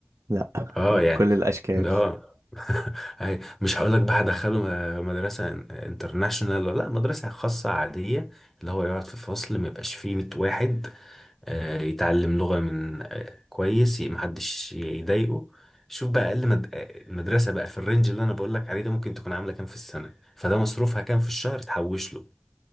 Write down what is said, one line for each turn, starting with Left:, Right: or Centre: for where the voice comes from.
Right: لا
Centre: اه
Right: بكل
Centre: يعني
Right: الاشكال
Centre: اه <laughs> أي- مش هقول لك بقى هدخله م- مدرسه انترناشونال ولا لا مدرسه خاصه عاديه اللي هو يقعد في فصل ما يبقاش فيه 100 واحد آه، يتعلم لغة من آه، كويس ي- محدش يضايقه شوف بقى أقل مد... آه، المدرسة بقى في الرينج اللي أنا بقولك عليه ده ممكن تكون عاملة كام في السنة فده مصروفها كام في الشهر تحوش له